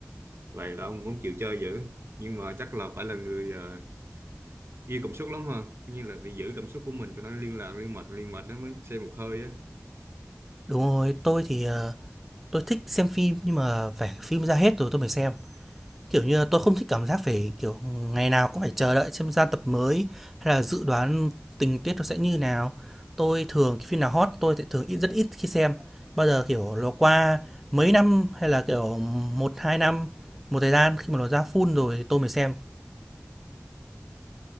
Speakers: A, on the right; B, in the centre.
A: vậy là ông cũng chịu chơi dữ nhưng mà chắc là phải là người ờ, yêu cảm xúc lắm ha như là phải giữ cảm xúc của mình cho nó liên lạc liên mạch liên mạch nó mới xem một hơi á
B: Đúng rồi, tôi thì ờ, Tôi thích xem phim nhưng mà phải phim ra hết rồi tôi mới xem. Kiểu như là
A: Ừ.
B: tôi không thích cảm giác phải kiểu ngày nào cũng phải chờ đợi xem ra tập mới hay là dự đoán tình tiết nó sẽ như nào. Tôi thường cái phim nào hot tôi sẽ thường ít rất ít khi xem. Bao giờ kiểu nó qua mấy năm hay là kiểu một hai năm một thời gian khi mà nó ra full rồi tôi mới xem.